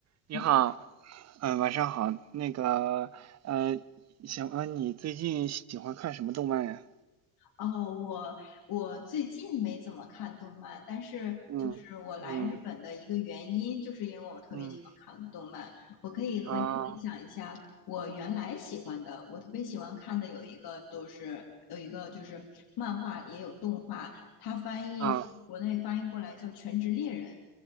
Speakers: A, on the right (about 35°); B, on the left (about 55°).
A: 你好，
B: 你
A: 嗯、晚上好。那个，呃，行，问你最近喜欢看什么动漫呀？
B: 哦，我我最近没怎么看动漫，但是就是我来日本的一个原因，
A: 嗯嗯
B: 就是因为我特别喜欢看动漫。
A: 嗯，
B: 我可以和你分享一下我原来喜欢的，
A: 啊
B: 我特别喜欢看的有一个都是有一个就是漫画也有动画，它翻译国内翻译过来叫《全职猎人》。
A: 啊